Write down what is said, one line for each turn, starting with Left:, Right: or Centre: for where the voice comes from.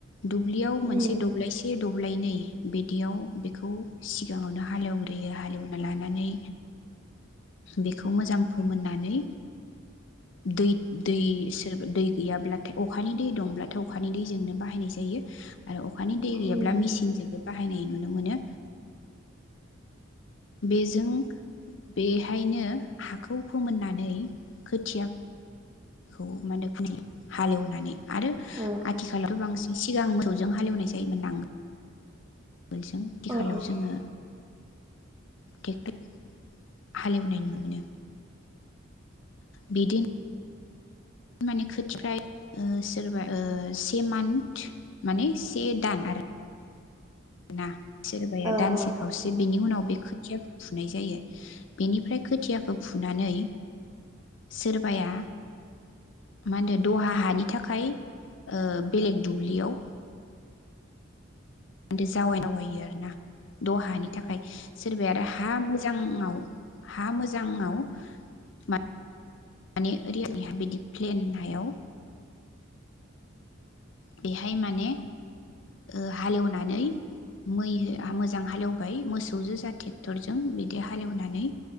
Left: दुब्लियाव मोनसे
Right: उम
Left: दब्लायसे ए दब्लायनै बिदियाव बेखौ सिगाङावनो हालेव ग्रोयो। हालौवना लानानै बेखौ मोजां फोमोननानै दै दै सो दै गैयाब्लाथाय अखानि दै दंब्लाथाय अखानि दैजोंनो बाहायनाय जायो आरो अखानि दै गैयाब्ला
Right: उम
Left: मिसिनजोबो बाहायनाय नुनो मोनो। बेजों बेहायनो हाखौ फोमोननानै खोथिया खौ मा होनदो <unintelligible> हालेवनानै आरो
Right: औ
Left: आथिखालावथ' बांसिन सिगां सौजों हालेवनाय जायोमोन नांगोल गोलजों आथिखालाव
Right: औ
Left: जोङो टेक हालेवनाय नुनो मोनो। बिदि माने खोथिफ्राय ओ सोरबा ओ से मान्थ माने से दान आरो ना सोरबाया
Right: औ
Left: दानसे
Right: औ
Left: खावसे बिनि उनाव बे खोथियाखो फुनाय जायो बिनिफ्राय खोथियाखौ फुनानै सोरबाया मा होनदो दहा हानि थाखाय ओ बेलेग दुब्लियाव दो जावाय जावायो आरो ना। दहानि थाखाय सोरबाया आरो हा मोजां आव हा मोजां आव मा माने ओरैबिदि प्लेन हायाव बेहाय माने ओ हालेवनानै मै हो मोजां हालेवबाय मोसौजो जा टेक्टरजों बिदि हालेवनानै